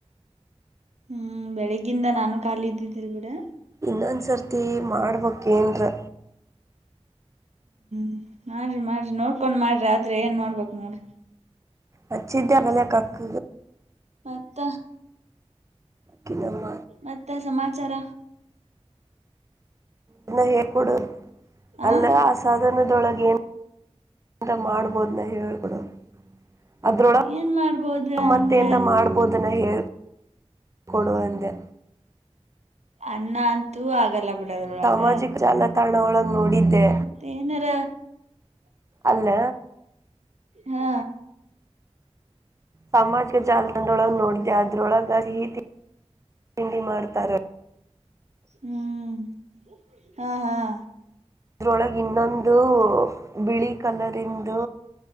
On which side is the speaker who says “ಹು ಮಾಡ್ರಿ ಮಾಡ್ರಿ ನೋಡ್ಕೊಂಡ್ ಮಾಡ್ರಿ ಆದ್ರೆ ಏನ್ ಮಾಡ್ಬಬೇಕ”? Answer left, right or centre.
Right